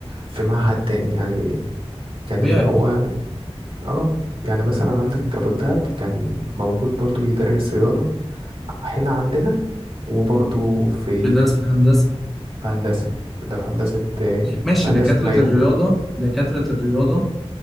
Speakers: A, on the right (about 60°); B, in the centre.
A: في معهد تاني يعني كان
B: طبيعي
A: اللي هو اه يعني مثلا عندك أبو الدهب كان موجود برضو بيدرس رياضة هنا عندنا وبرضو في
B: بيدرس في هندسة
A: في هندسة ده في هندسة آه،
B: ماشي
A: في هندسة
B: دكاترة
A: مايو
B: الرياضة دكاترة الرياضة